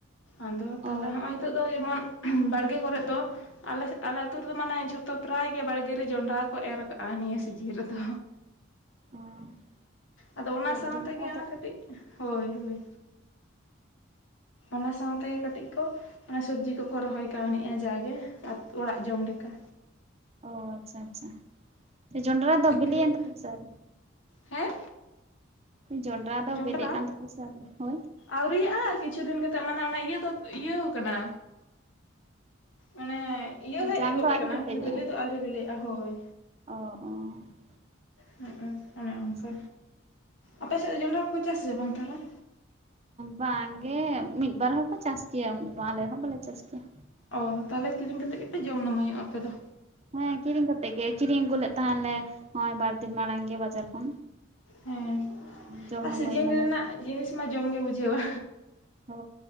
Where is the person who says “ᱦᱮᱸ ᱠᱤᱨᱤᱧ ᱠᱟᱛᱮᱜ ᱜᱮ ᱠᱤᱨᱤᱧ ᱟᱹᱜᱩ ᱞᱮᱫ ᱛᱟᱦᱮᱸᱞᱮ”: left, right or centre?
Right